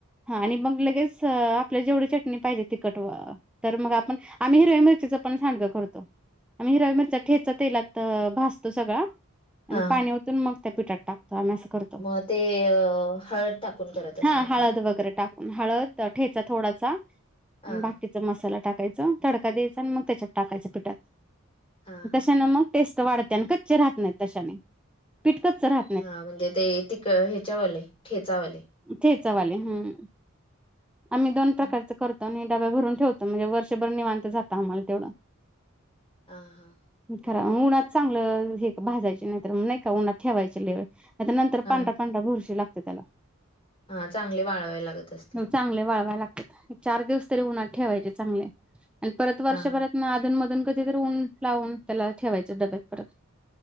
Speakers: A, in the centre; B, on the left.
A: हा आणि मग लगेच आपल्या जेवढी चटणी पाहिजे तेवढी तिकट तर मग आपण, आम्ही हिरव्या मिरचीचं पण सांडगं करतो. आम्ही हिरव्या मिरच्याचा ठेचा तेलात भाजतो सगळा.
B: हा.
A: आणि पाणी मग त्या पिठात टाकतो. आम्ही असं करतो.
B: मग ते हळद टाकून करत
A: <inaudible>
B: असणार
A: हा हळद
B: तुम्ही
A: वगैरे टाकून हळद. तर ठेचा थोडासा.
B: हां.
A: आणि बाकीचा मसाला टाकायचा, तडका द्यायचा, आणि मग त्याच्यात टाकायचं पिठात
B: हा हा
A: तशान मग ना. टेस्ट वाढत्या, आणि कच्चे राहत नाही तशाने. पीठ कच्च रा
B: हा म्हणजे ते तिक ह्याच्यावानी ठेचावानी.
A: ठेचावाणी हम, आम्ही दोन
B: हा
A: प्रकारच करतो. आणि डबा भरून ठवतो. म्हणजे वर्षभर निवांत जात आम्हाला तेवढं.
B: हां, हां.
A: खरा उन्हात चांगलं हे भाजायचे, नाहीतर मग नाही का? उन्हात ठेवायचे लई वेळ. नाहीतर नंतर
B: हा
A: पांढरा पांढरा भुरशी लागते त्याला.
B: हा चांगले वाळवाय लागत असतील.
A: चांगले वळवायला लागतात. चार दिवस तरी उन्हात ठेवायचे चांगले, आणि परत वर्षभरात
B: हा
A: ना अधून मधून कधीतरी ऊन लावून, त्याला ठेवायचं डब्यात परत.